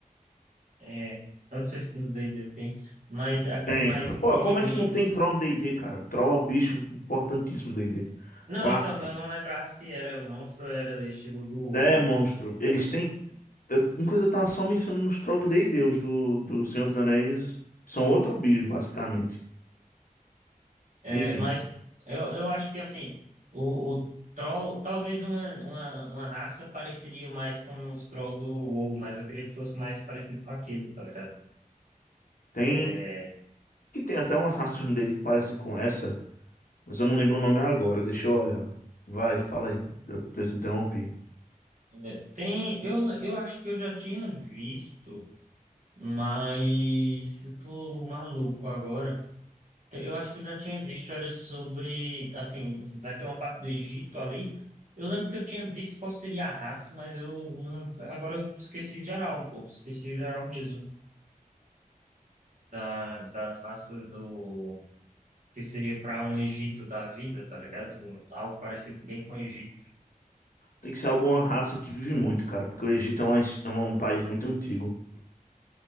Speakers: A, on the right; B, on the left.
A: É, eu não sei se no D&D tem, mas é aquele
B: Tem,
A: mais
B: cara.
A: pequenininho.
B: Pô, como é que não tem troll no D&D, cara? Troll é o bicho importantíssimo do D&D.
A: Não,
B: Clássico.
A: então, mas eu não lembrava se era monstro ou era estilo do WoW
B: É,
A: mesmo.
B: monstro. Eles têm... Eu, inclusive, eu tava só mencionando os trolls do D&D. Os do, do Senhor dos Anéis são outro bicho, basicamente.
A: É,
B: Enfim,
A: mas eu, eu acho que assim, o, o troll, talvez uma, uma, uma raça pareceria mais com os trolls do WoW, mas eu queria que fosse mais parecido com aquilo, tá ligado?
B: tem...
A: É,
B: Que tem até umas raças no D&D que parecem com essa, mas eu não lembro o nome agora. Deixa eu olhar. Vai, fala aí. Eu, eu te interrompi.
A: é, tem, eu, eu acho que eu já tinha visto, mas eu tô maluco agora. Te- Eu acho que eu já tinha visto, era sobre, assim, vai ter uma parte do Egito ali. Eu lembro que eu tinha visto qual seria a raça, mas eu não- agora eu esqueci geral, pô, esqueci geral mesmo. das, das raças do que seria para um Egito da vida, tá ligado? Algo parecido bem com o Egito.
B: Tem que ser alguma raça que vive muito, cara, porque o Egito é, uma- his- é um país muito antigo.